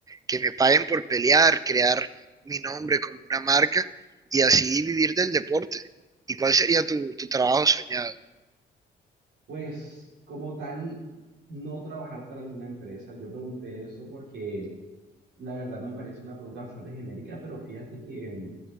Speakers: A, on the right (about 20°); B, on the right (about 70°).
A: Que me paguen por pelear, crear mi nombre como una marca y así vivir del deporte. ¿Y cuál sería tu, tu trabajo soñado?
B: Pues como tal, no trabajar para alguna empresa. Yo pregunté eso porque la verdad me parece una pregunta bastante genérica, pero fíjate que mm,